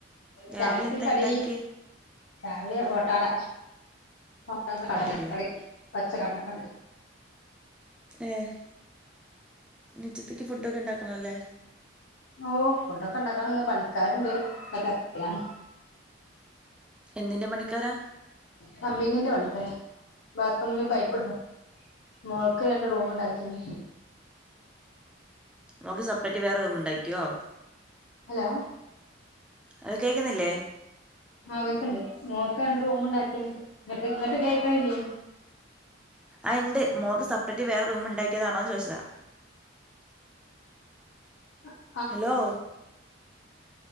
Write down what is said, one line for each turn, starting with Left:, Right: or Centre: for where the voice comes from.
Centre: രാവിലെ
Left: ചായക്ക്
Centre: എന്താ
Left: കടി
Centre: ഉണ്ടാക്കിയേ
Left: രാവിലെ ഓട്ടാട <unintelligible> കടലക്കറി
Centre: ഓട്ടടയോ
Left: പച്ച കടലക്കറി
Centre: ഏഹ് നി ഉച്ചത്തേക്ക് ഫുഡൊക്കെ ഉണ്ടാക്കണല്ലേ
Left: ഓ ഫുഡൊക്കെണ്ടാക്കണം ഇന്ന് പണിക്കാരുണ്ട് <unintelligible>
Centre: എന്തിൻ്റെ പണിക്കാരാ
Left: പമ്പിങ്ങിന്റെ പണിക്കാര് ബാത്റൂമില് പൈപ്പ് ഇട് മോൾക്ക് രണ്ട് റൂമ് ഉണ്ടാക്കിനി
Centre: മോക്ക് സപ്പറേറ്റ് വേറെ റൂമ്ണ്ടാക്കിയോ
Left: ഹലോ
Centre: അത് കേക്കുന്നില്ലേ
Left: ആഹ് കേക്ക്ണ്ട് മോൾക്ക് രണ്ട് റൂമുണ്ടാക്കീന് ഇങ്ങട്ട് ഇങ്ങട്ട് കേക്കണില്ലേ
Centre: ആഹ് ഇണ്ട് മോക്ക് സപ്പറേറ്റ് വേറെ റൂമ്ണ്ടാക്കിയതാണോന്ന് ചോയിച്ചതാ
Left: ആഹ്
Centre: ഹലോ